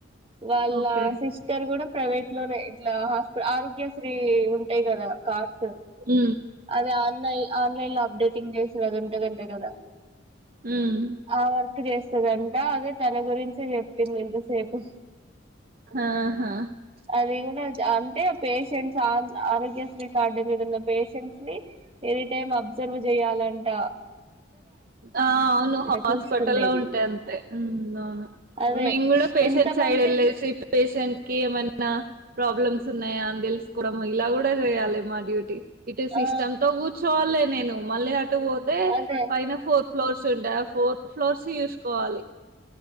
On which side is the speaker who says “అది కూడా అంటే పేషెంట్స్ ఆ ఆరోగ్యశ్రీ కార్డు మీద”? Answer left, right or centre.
Right